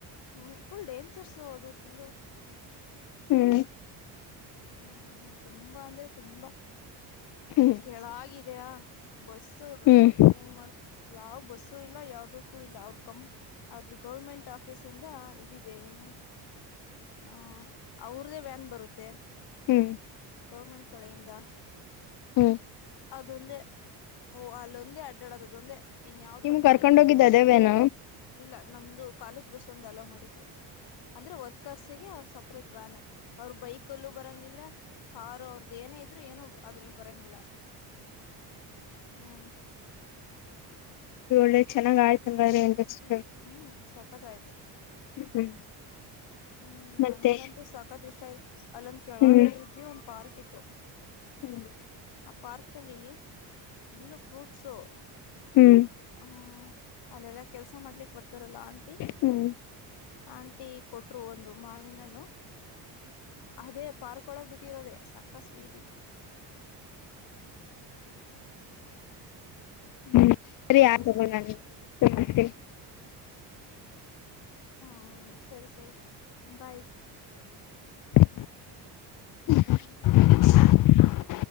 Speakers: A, on the left (about 65°); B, on the left (about 50°).
A: ಹ್ಮ್ ಫುಲ್ ಡೇಂಜರ್ಸ್ ಅದು ಫುಲ್ಲು.
B: ಹ್ಮ್
A: ಹ್ಮ ತುಂಬಾ ಅಂದ್ರೆ ತುಂಬಾ
B: ಹ್ಮ್
A: ಕೆಳಾಗಿದಯ ಬಸ್
B: ಹ್ಮ್
A: ಡ್ರೈವಿಂಗ್ ಮಾಡ್ ಯಾವ ಬಸ್ ಸೂ ಇಲ್ಲ ಯಾವದಕ್ಕೂ ಇಲ್ಲ ಅವ್ರ ಕಂ ಅವ್ರ್ದು ಗೌರ್ಮೆಂಟ್ ಆಫೀಸ್ ಇಂದ ಇದ ಇದೆ ಏನು. ಹ ಅವ್ರ್ದೇ ವ್ಯಾನ್ ಬರುತ್ತೆ.
B: ಹ್ಮ್
A: ಗೌರ್ಮೆಂಟ್ ಕಡೆಯಿಂದ.
B: ಹ್ಮ್
A: ಅದೊಂದೇ ಓ ಅಲ್ಲೊಂದೇ ಅಡ್ಡಾಡದ ಅದೊಂದೇ. ಇನ್ ಯಾವ್ದು
B: ನಿಮ್
A: ಅಡ್ಡಾಡೋದ
B: ಕರ್ಕೊಂಡ್ ಹೋಗಿದ್ದ ಅದೇ ವೇನ.
A: ಇಲ್ಲ ನಮ್ದು ಕಾಲೇಜ್. ಬಸ್ ಅಲ್ಲೋ ಮಾಡಿದ್ದರು ಅಂದ್ರೆ ವರ್ಕರ್ಸ್ಿಗೆ. ಸಪೇಟ್ ವ್ಯಾನ್ ಅವ್ರ ಬೈಕ್ಲ್ಲೂ ಬರಂಗಿಲ್ಲ ಕಾರು ಅವ್ರದ ಏನೇ ಇದ್ರು ಏನು. ಅದ್ರಲ್ಲಿ ಬರಂಗಿಲ್ಲ. ಹ್ಮ್
B: ನೋಡಿ ಒಳ್ಳೆ ಚೆನ್ನಾಗ ಆಯ್ತು ಹಂಗ್ರ <unintelligible>
A: ಹ್ಮ್ ಸಕತ್ ಆಯ್ತು
B: ಹ್ಮ್
A: ಹ್ಮ್
B: ಮತ್ತೆ
A: ನನ್ಗಂತೂ ಸಕತ್ ಇಷ್ಟ ಆಯ್ತು ಅಲ್ಲೊಂದ ಕೆಳಗ
B: ಹ್ಮ್
A: ಹೋಗಿದ್ವಿ ಒಂದ್ ಪಾರ್ಕ್ ಇತ್ತು.
B: ಹ್ಮ್
A: ಆ ಪಾರ್ಕಲ್ಲಿ ಫುಲ್ಲ ಫ್ರೂಟ್ಸು
B: ಹ್ಮ್-
A: ಹ್ಮ್ ಅಲ್ಲೆಲ್ಲಾ ಕೆಲ್ಸ ಮಾಡ್ಲಿಕ್ಕ ಬರ್ತಾರಲ್ಲ ಆಂಟಿ
B: ಹ್ಮ್ ಹ್ಮ್
A: ಆಂಟಿ ಕೊಟ್ರು ಒಂದು ಮಾವಿನಣ್ಣು ಅದೇ ಪಾರ್ಕ್ ಒಳಗ್ ಬಿಟ್ಟಿರೋದೆೇ ಸಕ್ಕ ಸ್ವೀಟ್ ಇತ್ತು
B: ಹ್ಮ್ ಸರಿ ಆಯ್ತು ತಗೋ ನಾ ಇನ್ನ <unintelligible> ನಮಸ್ತೆ
A: ಹ್ಮ ಸರಿ- ಸರಿ ಬೈ್.
B: <inaudible>